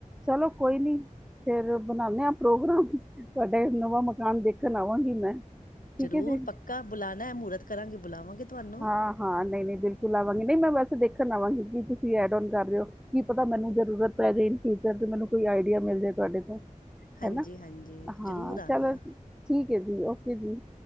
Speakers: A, in the centre; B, on the left.
A: ਚਲੋ ਕੋਈ ਨੀ। ਫੇਰ ਬਣਾਦੇ ਆ ਪ੍ਰੋਗਰਾਮ ਤੁਹਾਡਾ ਨਵਾਂ ਮਕਾਨ ਦੇਖਣ ਆਵਾਂਗੀ ਮੈਂ। ਠੀਕ
B: ਜ਼ਰੂਰ
A: ਹੈ ਜੇ।
B: ਪੱਕਾ ਬੁਲਾਣਾ ਹੈ ਮਹੂਰਤ ਕਰਾਂਗੇ ਬੁਲਾਵਾਂਗੇ ਤੁਹਾਨੂੰ
A: ਹਾਂ ਹਾਂ! ਨਹੀਂ ਨਹੀਂ! ਬਿਲਕੁਲ ਆਵਾਂਗੇ। ਮੈਂ ਵੈਸੇ ਦੇਖਣ ਆਵਾਂਗੀ। ਕਿ ਤੁਸੀਂ ਐਡ ਕਰ ਰਹੇ ਹੋ। ਕੀ ਪਤਾ ਮੈਨੂੰ ਜਰੂਰਤ ਪਈ ਜਾਵੇ ਇਨ। ਮੈਨੂੰ ਕੋਈ ਆਈਡੀਆ ਮਿਲ ਜਾ ਤੁਹਾਡੇ ਤੋਂ।
B: ਹਾਂਜੀ
A: ਹੈਨਾ
B: ਹਾਂਜੀ
A: ਹਾਂ!
B: ਜ਼ਰੂਰ ਆਣਾ
A: ਚਲੋ ਠੀਕ। ਓਕੇ ਜੀ, ਓਕੇ ਜੀ!